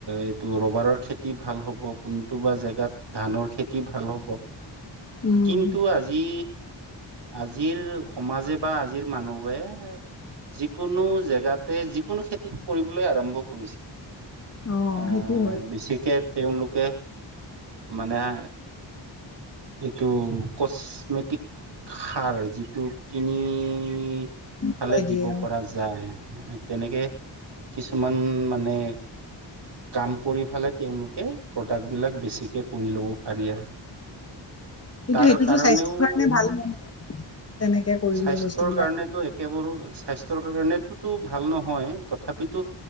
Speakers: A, on the right (about 60°); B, on the left (about 30°).
A: এই টো ৰবাৰৰ খেতি ভাল হ'ব, কোনটোবা জেগাত ধানৰ খেতি ভাল হ'ব।
B: উম
A: কিন্তু আজি আজিৰ সমাজে বা আজিৰ মানুৱে যিকোনো জেগাতে, যিকোনো খেতি কৰিবলৈ আৰম্ভ কৰিছে।
B: অ
A: আহ,
B: সেইটো হয়
A: বেছিকে তেওঁলোকে মানে। এইটো কচমেটিক সাৰ যিটো কিনি ফালে
B: ওলাই দিয়ে
A: দিব
B: অ
A: পৰা যায় তেনেকে। কিছুমান মানে কাম কৰি ফালে তেওঁলোকে প্ৰডাক্ট বিলাক বেছিকে কৰি লব পাৰি আৰু।
B: কিন্তু
A: তাৰ
B: সেইটোতো
A: কাৰণেও
B: স্বাস্থ্যৰ কাৰণে ভাল নহয়। তেনেকে কৰিলে
A: স্বাস্থ্যৰ
B: বস্তুবিলাক
A: কাৰণেতো একেবোৰো স্বাস্থ্যৰ কাৰণেতোতো ভাল নহয় তথাপিতো